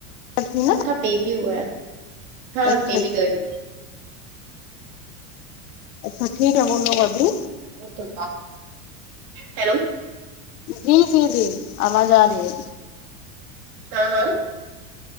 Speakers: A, on the left; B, on the right.
A: تھی نا
B: ان کا بیبی ہوا ہے ہاں
A: اچھا
B: بیبی گرل
A: اچھا ٹھیک ہے نہ بولو ابھی
B: دی ہیلو <unintelligible>
A: جی جی جی آواز آ رہی ہے
B: ہاں ہاں